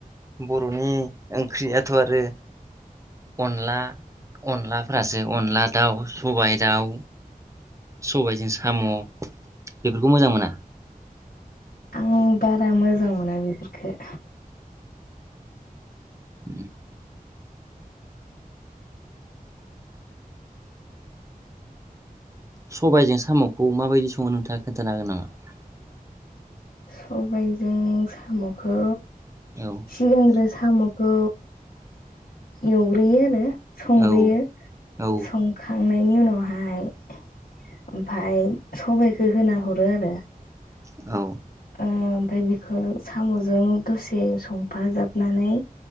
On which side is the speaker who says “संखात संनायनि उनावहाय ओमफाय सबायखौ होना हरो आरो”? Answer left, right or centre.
Left